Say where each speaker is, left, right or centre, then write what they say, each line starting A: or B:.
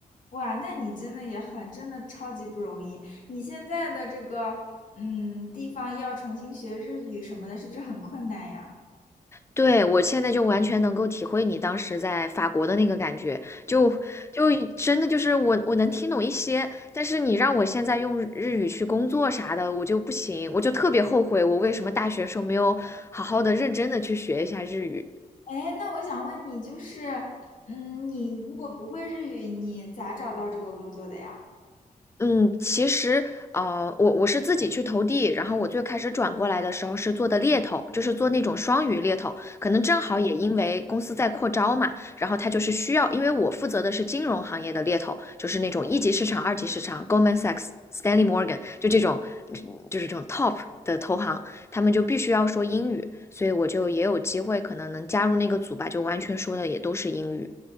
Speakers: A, on the left (about 60°); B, on the left (about 20°).
A: 哇，那你真的也很，真的超级不容易。你现在的这个嗯地方要重新学日语什么的，是不是很困难呀？
B: 对，我现在就完全能够体会你当时在法国的那个感觉，就就真的就是我我能听懂一些，但是你让我现在用日语去工作啥的，我就不行，我就特别后悔我为什么大学时候没有好好的认真的去学一下日语。
A: 哎，那我想问你，就是，嗯，你如果不会日语，你咋找到这个工作的呀？
B: 嗯，其实，呃，我我是自己去投递，然后我最开始转过来的时候是做的猎头，就是做那种双语猎头，可能正好也因为公司在扩招嘛，然后他就是需要，因为我负责的是金融行业的猎头，就是那种一级市场、二级市场，Goldman Sachs、Stanley Morgan，就这种，嗯就是这种 top 的投行，他们就必须要说英语，所以我就也有机会可能能加入那个组吧，就完全说的也都是英语。